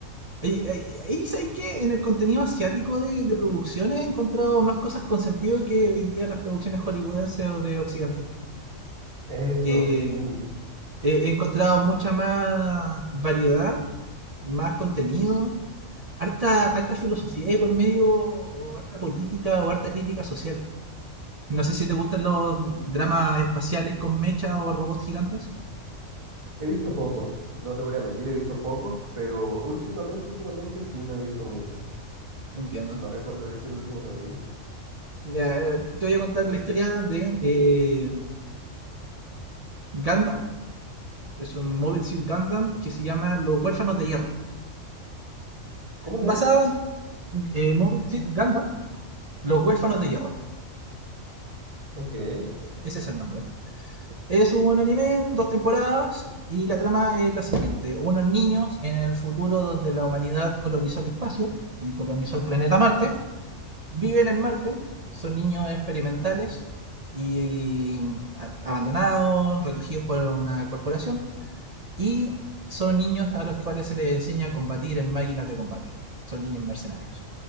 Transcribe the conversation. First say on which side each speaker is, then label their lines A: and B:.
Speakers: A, on the right; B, on the right.
A: Ahí, ahí, ahí sabéis que en el contenido asiático de, de producciones he encontrado más cosas con sentido que hoy día las producciones hollywoodenses o de Occidente.
B: Eso,
A: Eh,
B: sí.
A: He, he encontrado mucha más variedad, más contenido, harta, harta filosofía y por medio, o harta política, o harta crítica social. No sé si te gustan los dramas espaciales con mecha o robots gigantes.
B: He visto pocos, no te voy a mentir, he visto pocos, pero últimamente, últimamente sí no he visto muchos.
A: Entiendo.
B: No recuerdo, de hecho, el último que me vi.
A: Mira, eh, te voy a contar la historia de eh, Gundam. Es un Mobile Suit Gundam que se llama Los Huérfanos de Hierro.
B: ¿Cómo
A: Basado
B: se llama?
A: en eh, Mobile Suit Gundam, Los Huérfanos de Hierro.
B: Ok.
A: Ese es el nombre. Es un anime, dos temporadas, y la trama es la siguiente. Unos niños en el futuro donde la humanidad colonizó el espacio y colonizó el planeta Marte, viven en Marte, son niños experimentales y a- abandonados, recogidos por una corporación, y son niños a los cuales se les enseña a combatir en máquinas de combate. Son niños mercenarios.